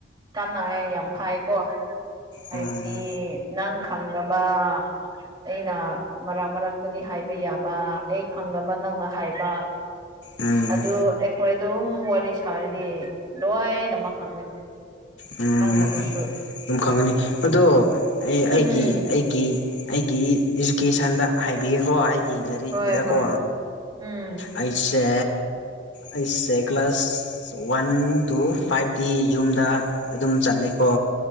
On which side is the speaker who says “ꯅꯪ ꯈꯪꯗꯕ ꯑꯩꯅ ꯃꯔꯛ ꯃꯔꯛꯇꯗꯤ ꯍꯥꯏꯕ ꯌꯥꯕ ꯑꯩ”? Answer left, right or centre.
Right